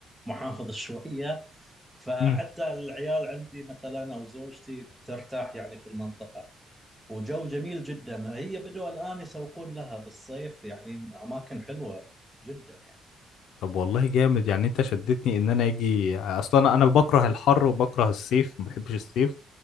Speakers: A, in the centre; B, on the left (about 75°).
A: محافظ شويه فحتى
B: امم
A: العيال عندي مثلا او زوجتي بترتاح يعني في المنطقه وجو جميل جدا هي بدوا الان يسوقون لها بالصيف يعني اماكن حلوه جدا
B: طب والله جامد يعني انت شدتني ان انا اجي اصلا انا أنا بكره الحر وبكره الصيف ما بحبش الصيف